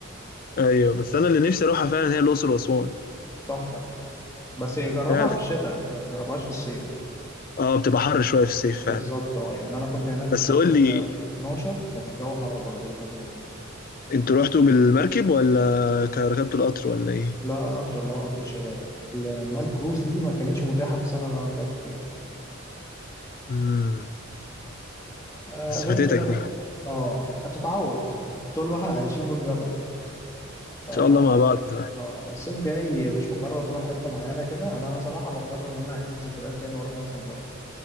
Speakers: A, on the left (about 45°); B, on the left (about 15°).
A: أيوه بس أنا اللي نفسي أروحها فعلا هي الأقصر وأسوان
B: تحفة بس جربها
A: فعلا
B: في الشتاء ما تجربهاش في الصيف
A: أه بتبقى حر شوية في الصيف
B: بالظبط
A: فعلا
B: اه يعني انا كنت هناك
A: بس
B: في شهر
A: قول لي
B: 12 كانت الجو حر برضو لحد ما
A: أنتوا رحتوا بالمركب ولا كان- ركبتوا القطر ولا إيه؟
B: لا قطر اللي هو قطر الشباب لما الكروز دي ما كانتش متاحه في السنه اللي انا طلعت فيها
A: مم.
B: آه
A: بس
B: غير
A: فاتتك
B: كده
A: دي
B: بقى
A: ان
B: اه هتتعوض طول ما احنا عايشين بنجرب اه
A: شاء الله مع بعض بقى.
B: آه، الصيف جاي مش مقرر تروح حته معينه كده انا صراحه بقرر ان انا اعيد الذكريات يعني واروح راس البر